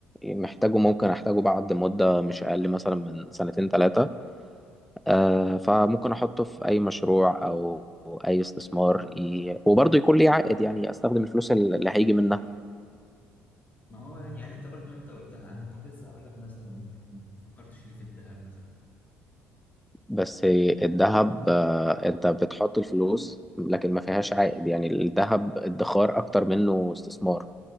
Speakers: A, in the centre; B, on the left.
A: محتاجه ممكن احتاجه بعد مده مش اقل مثلا من سنتين ثلاثه آه فممكن احطه في اي مشروع او أو اي استثمار ي... وبرضه يكون ليه عائد يعني استخدم الفلوس اللي اللي هيجي منها
B: ما هو يعني يعني انت برضو انت قلتها انا كنت لسه هقول لك مثلا ممكن فكرتش ليه في الذهب مثلا
A: بس الذهب آه، انت بتحط الفلوس لكن ما فيهاش عائد يعني الذهب ادخار اكتر منه استثمار